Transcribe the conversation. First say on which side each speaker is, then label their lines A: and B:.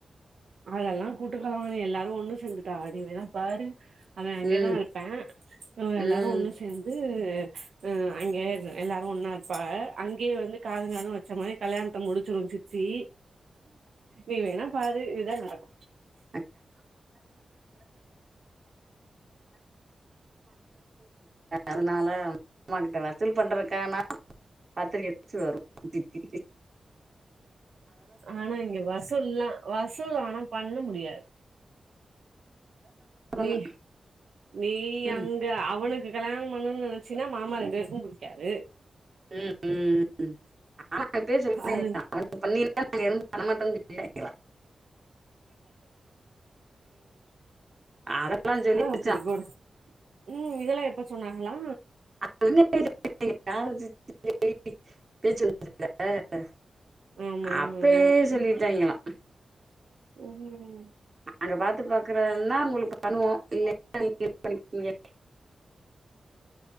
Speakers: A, on the right; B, on the right.
A: அதெல்லா கூட்டுக் களவாணி எல்லாரு ஒன்னு சேந்துட்டாக நீ வேணா பாரு அவன் அங்கேதா
B: ம்
A: இருப்பா ஆ எல்லாரு
B: ம்
A: ஒன்னு சேந்து ஆ ஆ அங்கேயே எல்லாரு ஒன்னா இருப்பாக அங்கேயே வந்து காதுங்காது வச்ச மாரி கல்யாணத்த முடிச்சிரு சித்தி நீ வேணா பாரு இதா நடக்கு
B: <inaudible> <inaudible> அதனால அம்மாக்கிட்ட வசூல் பண்ற க்கானா பத்திரக்க அடிச்சு வரு சித்தி
A: ஆனா இங்க வசூல்லா வசூல் ஆனா பண்ண முடியாது நீ
B: பண்ணு
A: நீ
B: ம்
A: அங்க அவனுக்கு கல்யாண பண்ணணுன்னு நெனைச்சின்னா மாமா ரெண்டு பேருக்கும் புடிக்காது
B: ம் ம் ஆனா நா இப்பயே சொல்ட்ட அங்க
A: அது
B: <inaudible> நாங்க எதுவு பண்ண மாட்டோனு <inaudible> அதெல்லாம் சொல்லிருச்சான்
A: ஆ அப்டி போடு ம் இதெல்லா எப்ப சொன்னாங்களா
B: அது சொன்னப்ப <inaudible> பேச்சு வந்துருக்காதுல்ல
A: ஆமா
B: அப்பேயே
A: ஆமா
B: சொல்லிட்டாய்ங்களா
A: ம் ம்
B: நாங்க பாத்து பாக்குறன்னா உங்களுக்கு பண்ணுவோ இல்லேன்னா நீங்களே பண்ணிக்குங்க <inaudible>